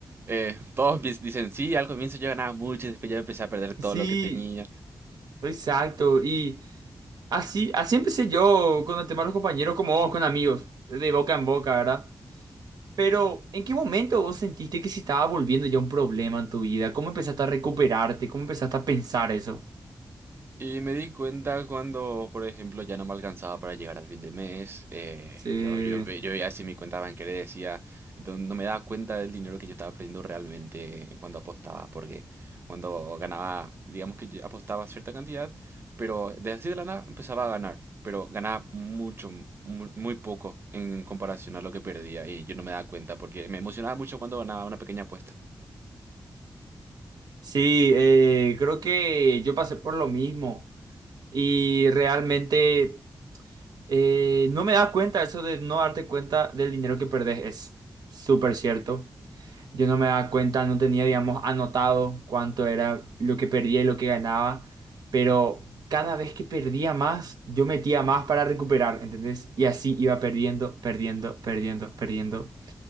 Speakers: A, on the right; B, on the right.
A: Eh, todos pi- dicen, sí, al comienzo yo ganaba mucho y después ya empecé a perder
B: Sí,
A: todo lo que tenía.
B: exacto. y Así, así empecé yo con el tema de los compañeros, como vos, con amigos, de boca en boca, ¿verdad? Pero, ¿en qué momento vos sentiste que se estaba volviendo ya un problema en tu vida? ¿Cómo empezaste a recuperarte? ¿Cómo empezaste a pensar eso?
A: Y me di cuenta cuando, por ejemplo, ya no me alcanzaba para llegar al fin de mes. eh,
B: Sí,
A: yo, yo, ve- yo veía así mi cuenta bancaria y decía, no, no me daba cuenta del dinero que yo estaba perdiendo realmente cuando apostaba, porque cuando ganaba, digamos que yo apostaba cierta cantidad, pero de así de la nada empezaba a ganar, pero ganaba mucho, mu- muy, poco en comparación a lo que perdía y yo no me daba cuenta porque me emocionaba mucho cuando ganaba una pequeña apuesta.
B: sí, eh, creo que yo pasé por lo mismo y realmente eh, no me das cuenta eso de no darte cuenta del dinero que perdés, es súper cierto. Yo no me daba cuenta, no tenía, digamos, anotado cuánto era lo que perdía y lo que ganaba, pero cada vez que perdía más, yo metía más para recuperar, ¿entendés? Y así iba perdiendo, perdiendo, perdiendo, perdiendo.